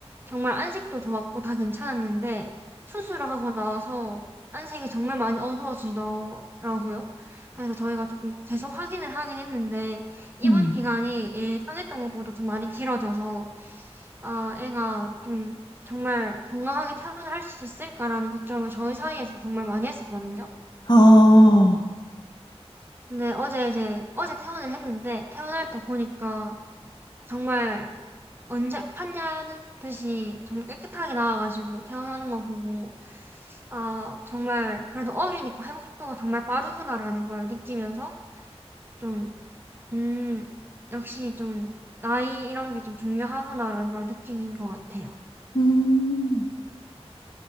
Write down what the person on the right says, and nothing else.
정말 안색도 좋았고 다 괜찮았는데 수술을 하고 나서 안색이 정말 많이 어두워지더라고요. 그래서 저희가 조금 계속 확인을 하긴 했는데 입원
기간이 예상했던 것보다 좀 많이 길어져서 아, 애가 좀 정말 건강하게 퇴원을 할 수 있을까라는 걱정을 저희 사이에서 정말 많이 했었거든요.
근데 어제 이제 어제 퇴원을 했는데 퇴원할 때 보니까 정말 언제 아팠냐는 듯이 정말 깨끗하게 나와가지고 퇴원하는 거 보고, 아, 정말, 그래도 어리니까 회복 속도가 정말 빠르구나라는 걸 느끼면서 좀, 음, 역시 좀, 나이 이런 게 좀 중요하구나라는 걸 느낀 것 같아요.